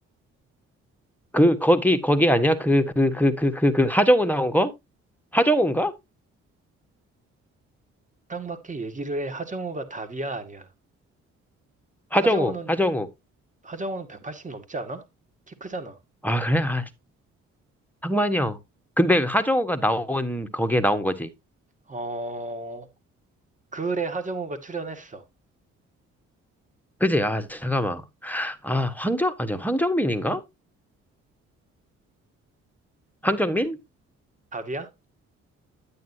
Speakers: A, in the centre; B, on the right.
A: 그 거기 거기 아니야? 그 그 그 그 그 그 하정우 나온 거? 하정우인가?
B: 딱 맞게 얘기를 해. 하정우가 답이야, 아니야.
A: 하정우,
B: 하정우는,
A: 하정우.
B: 하정우는 180 넘지 않아? 키 크잖아.
A: 아, 그래? 아, 상만이요. 근데 하정우가 나온, 거기에 나온 거지.
B: 어, 그래, 하정우가 출연했어.
A: 그지? 아, 잠깐만. 아, 황정, 아니, 황정민인가? 황정민?
B: 답이야?